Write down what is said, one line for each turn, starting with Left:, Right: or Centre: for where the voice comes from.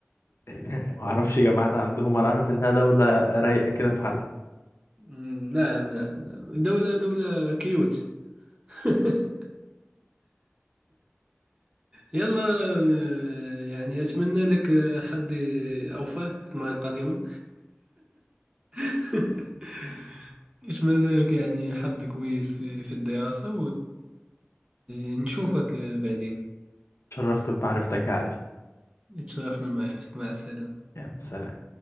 Left: <laughs> ما أعرفش جامعات عندهم أنا أعرف إنها دولة رايقة كده في حالها
Right: مم، نعم نعم نعم دولة دولة كيوت <laughs> يلا آه، يعني أتمنى لك آه، حظ أوفى في المرة القادمة <laughs> أتمنى لك يعني حظ كويس في, في الدراسة ونشوفك بعدين
Left: شرفت بمعرفتك يا علي
Right: اتشرفنا معرفتك مع السلامة
Left: يلا سلام